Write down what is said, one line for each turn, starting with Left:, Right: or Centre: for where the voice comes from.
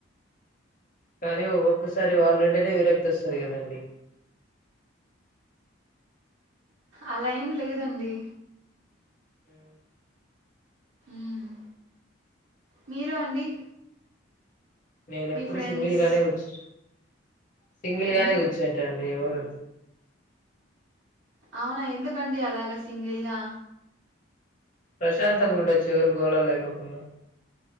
Left: కానీ ఒక్కొక్కసారి వాళ్ళంటేనే విరక్తి వస్తాది కదండి.
Right: అలా ఏం లేదండి
Left: <inaudible>
Right: మ్ మీరు అండి.
Left: నేన
Right: మీ
Left: ఎప్పుడు
Right: ఫ్రెండ్స్?
Left: సింగిల్ గానే కూర్చుంట సింగిల్
Right: హ్మ్.
Left: గానే కూర్చుంటండి. ఎవరు
Right: అవునా ఎందుకండి అలాగా సింగిల్గా
Left: ప్రశాంతంగా ఉండచ్చు. ఎవరి గోళలు లేకుండా